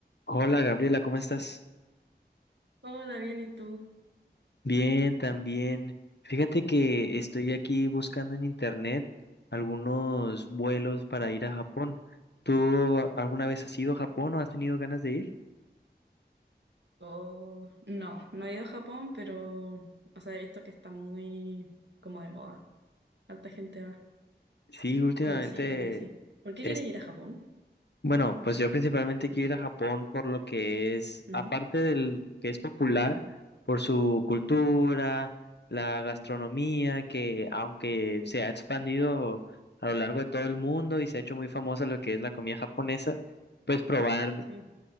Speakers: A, on the left; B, on the right.
A: Hola Gabriela, ¿cómo estás?
B: Hola, bien, ¿y tú?
A: Bien, también. Fíjate que estoy aquí buscando en internet algunos vuelos para ir a Japón. ¿Tú alguna vez has ido a Japón o has tenido ganas de ir?
B: Oh, no, no he ido a Japón, pero, o sea, he visto que está muy como de moda. Harta gente va,
A: Sí, últimamente
B: conocidos y así. ¿Por qué
A: he
B: quieres ir a Japón?
A: Bueno, pues yo principalmente quiero ir a Japón por lo que es,
B: Ujú,
A: aparte del que es popular, por su cultura, la gastronomía, que aunque se ha expandido a lo largo de todo el mundo y se ha hecho muy famosa lo que es la comida japonesa, pues probar
B: sí.